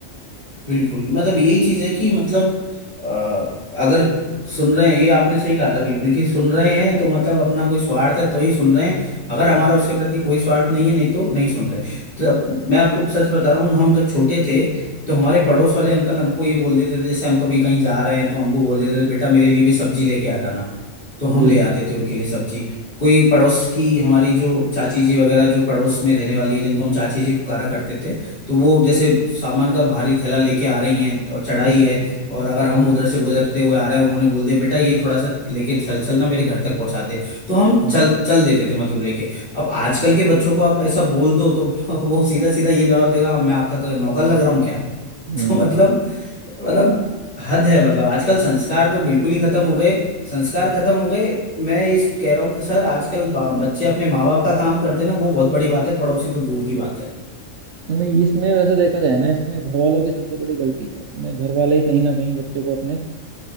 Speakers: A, on the left; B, on the right.
A: बिल्कुल मतलब यही चीज है कि मतलब अ, अगर सुन रहे हैं ये आपने सही कहा था बिल्कुल कि सुन रहे हैं तो मतलब अपना कोई स्वार्थ है तो ही सुन रहे हैं अगर हमारा उसके प्रति कोई स्वार्थ नहीं है नहीं तो नहीं सुन रहे तब मैं आपको सच बता रहा हूँ हम जब छोटे थे तो हमारे पड़ोस वाले अंकल हमको ये बोल देते थे जैसे हम कभी कहीं जा रहे हैं तो हमको बोल देते थे बेटा मेरे लिए भी सब्जी लेके आ जाना तो हम
B: जी
A: ले आते थे उनके लिए सब्जी कोई पड़ोस की हमारी जो चाची जी वगैरह जो पड़ोस में रहने वाली है जिनको हम चाची जी पुकारा करते थे तो वो जैसे सामान का भारी थैला लेके आ रही हैं और चढ़ाई
B: जी
A: है
B: जी
A: और अगर हम उधर से गुजरते हुए आ रहे हैं उन्होंने बोल दिया बेटा ये थोड़ा सा लेके चल चल ना मेरे घर तक पहुंचा दे तो हम
B: हम्म
A: चल
B: हम्म
A: चल देते थे मतलब लेके अब आजकल के बच्चों को आप ऐसा बोल दो तो <laughs> वो सीधा सीधा ये जवाब देगा मैं आपका कोई नौकर लग रहा हूँ क्या <laughs>
B: हम्म।
A: तो मतलब मतलब हद है मतलब आजकल संस्कार तो बिल्कुल ही खत्म हो गए संस्कार खत्म हो गए मैं इस कह रहा हूँ कि सर आजकल बा- बच्चे अपने माँ बाप का काम करते ना वो बहुत बड़ी बात है पड़ोसी तो दूर की बात है
B: नहीं इसमें वैसे देखा जाए ना इसमें घर वालों की सबसे बड़ी गलती है इसमें घर वाले कहीं ना कहीं बच्चों को अपने अ,